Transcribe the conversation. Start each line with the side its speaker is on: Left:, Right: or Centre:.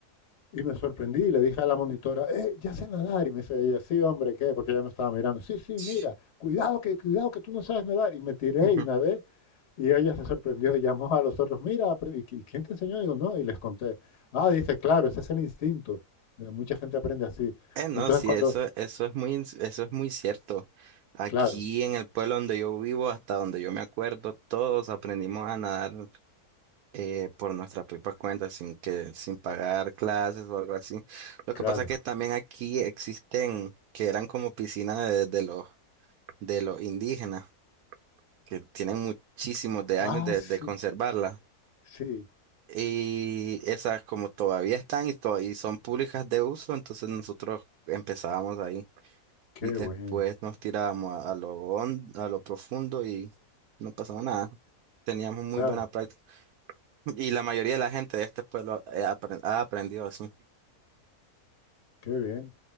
Left: y me sorprendí y le dije a la monitora, eh, ya sé nadar. Y me dice ella, sí, hombre, ¿qué? Porque ella no estaba mirando. Sí, sí,
Right: Sí.
Left: mira, cuidado que, cuidado que tú no sabes nadar. Y me tiré
Right: <laughs>
Left: y nadé. Y ella se sorprendió y llamó a los otros, mira, ¿y quién te enseñó? Y digo, no, y les conté. Ah, dice, claro, ese es el instinto. Eh, Mucha gente aprende así.
Right: Eh, no,
Left: Y entonces
Right: sí,
Left: cuando,
Right: eso, eso es muy, ins- eso es muy cierto. Aquí
Left: claro,
Right: en el pueblo donde yo vivo, hasta donde yo me acuerdo, todos aprendimos a nadar eh, por nuestra propia cuenta, sin que, sin pagar clases o algo así. Lo
Left: claro.
Right: que pasa es que también aquí existen, que eran como piscinas de, de los, de los indígenas, que tienen muchísimos de
Left: Ah,
Right: años de,
Left: sí,
Right: de conservarlas.
Left: sí,
Right: Y esas como todavía están y, to- y son públicas de uso, entonces nosotros empezábamos ahí.
Left: qué
Right: y después
Left: bueno,
Right: nos tirábamos a, a lo hon- a lo profundo y no pasaba nada. Teníamos muy
Left: claro.
Right: buena práctica. Y la mayoría de la gente de este pueblo eh, apren- ha aprendido así.
Left: Qué bien.